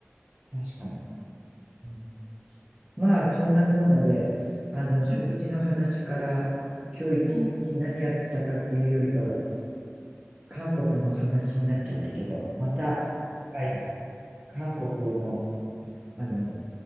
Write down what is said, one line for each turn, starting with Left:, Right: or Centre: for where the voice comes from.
Right: 確かに。うん。まあ、そんなこんなで、あの、
Centre: うん。
Right: 食事の話から、今日一日何やってたかっていうよりかは、
Centre: うん。
Right: 韓国の話になっちゃったけど、また、はい韓国の、あの、